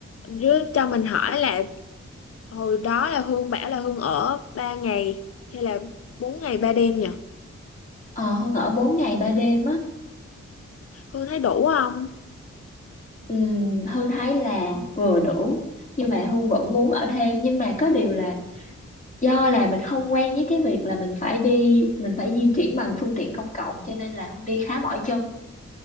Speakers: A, on the left (about 50°); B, on the left (about 25°).
A: Chứ cho mình hỏi là hồi đó là Hương bảo là Hương ở ba ngày hay là bốn ngày ba đêm nhỉ
B: Ờ, Hương ở 4 ngày 3 đêm á
A: Hương thấy đủ không
B: um, Hương thấy là vừa đủ nhưng mà Hương vẫn muốn ở thêm nhưng mà có điều là do là mình không quen với cái việc là mình phải đi mình phải di chuyển bằng phương tiện công cộng cho nên là Hương đi khá mỏi chân